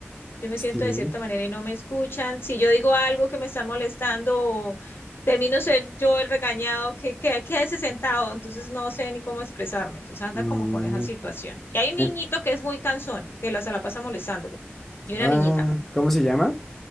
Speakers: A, on the left; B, in the centre.
A: Yo me
B: sí.
A: siento de cierta manera y no me escuchan. Si yo digo algo que me están molestando, termino ser yo el regañado, que, que quédese sentado, entonces no sé ni cómo expresarme. Entonces anda
B: mm,
A: como con esa situación. Y hay un
B: eh,
A: niñito que es muy cansón, que la, se la pasa molestándolo. Y una
B: ah,
A: niñita.
B: ¿cómo se llama?